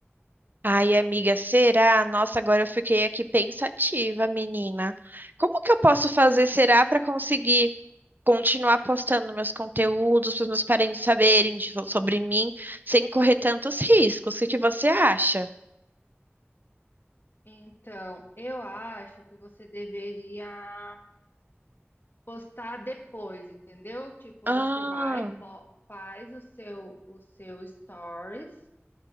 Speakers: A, on the right; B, on the left.
A: Ai, amiga, será? Nossa, agora eu fiquei aqui pensativa, menina. Como que eu posso fazer, será, para conseguir? continuar postando meus conteúdos para os meus parentes saberem de- sobre mim, sem correr tantos riscos. O que que você acha?
B: Então, eu acho que você deveria postar depois, entendeu? Tipo,
A: Ah,
B: você vai, po- faz o seu, o seu stories,